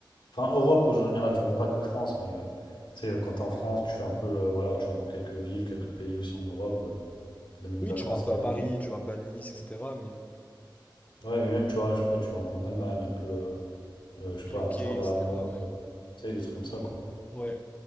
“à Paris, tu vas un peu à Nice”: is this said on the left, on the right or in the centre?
Left